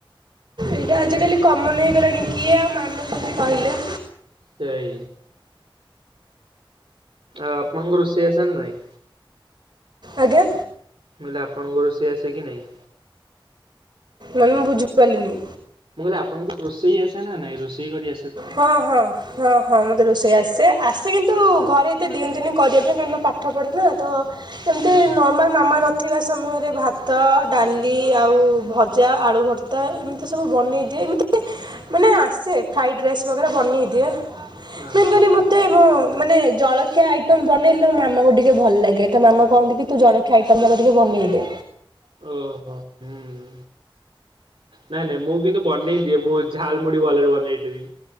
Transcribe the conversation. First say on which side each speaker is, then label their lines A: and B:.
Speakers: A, on the right; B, on the right.
A: ଏଇଟା ଆଜିକାଲି କମନ ହେଇଗଲାଣି କିଏ ଆଉ ମାନୁଛନ୍ତି କହିଲେ।
B: ସେଇ। ଆଉ ପଙ୍ଗରୁସିଏ ସନା ନାାଇଁ।
A: ଆଜ୍ଞା
B: ମୁଁ କହିଲି ଆପଣଙ୍କ ରୋଷେଇ ଆସେ କି ନାହିଁ?
A: ମାନେ ମୁଁ ବୁଝି ପାରିଲିନି?
B: ମୁଁ କହିଲି ଆପଣଙ୍କୁ ରୋଷେଇ ଆସେ ନା ନାଇଁ ରୋଷେଇ କରି ଆସେ ତ
A: ହଁ ହଁ ହଁ ହଁ ମତେ ରୋଷେଇ ଆସେ ଆସେ କିନ୍ତୁ
B: ହୁଁ
A: ଘରେ ଏତେ ଦିଅନ୍ତିିନି କରିବା ପାଇଁ କାହିଁ ନା ପାଠ ପଢା ନା ତ ଏମତି
B: ହୁଁ
A: ନର୍ମାଲ ମାମା ନଥିବା ସମୟରେ ଭାତ ଡାଲି ଆଉ ଭଜା ଆଳୁ ଭିଜା ତା ଏମିତି ସବୁ ବନେଇ ଦିଏ ଏମିତି ମାନେ ଆସେ ଫ୍ରାଇଡ୍ ରାଇସ୍। ବାଗେରା ବନେଇ ଦିଏ
B: ଓହୋ
A: ମେନ୍ କରି ମୋତେ ମୁଁ ମାନେ ଜଳଖିଆ ଆଇଟମ ବନେଇଲେ ମୋ ମାମାଙ୍କୁ ଟିକେ ଭଲ ଲାଗେ ତା ମାମା କହନ୍ତି କି ତୁ ଜଳଖିଆ ଆଇଟମ ଗୁରା ଟିକେ ବନେଇଦେ।
B: ଓହୋ। ହୁଁ ନାଇଁ ନାଇଁ ମୁଁ କିନ୍ତୁ ବନେଇ ଦିଏ ମୁଁ ଝାଲ ମୁଢି ଭଲରେ ବନେଇଦେବି